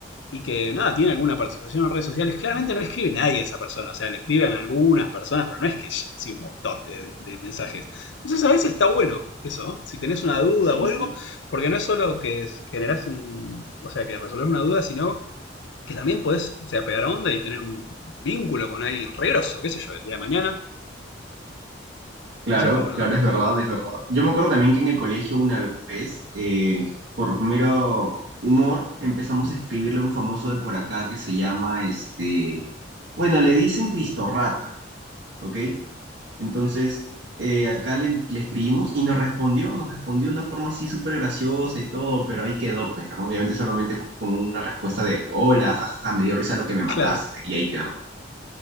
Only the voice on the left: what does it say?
y que nada, tiene alguna participación en redes sociales, claramente no le escribe nadie a esa persona, o sea, le escriben algunas personas, pero no es que recibe un montón de, de mensajes. Entonces a veces está bueno eso, ¿no? si tenés una duda
o algo,
porque no es solo que generás un, o sea, que resolvés una duda, sino que también podés, o sea, pegar onda y tener un vínculo con alguien regroso, qué sé yo, el día de mañana.
Eso está bueno
también.
<laughs>
Claro,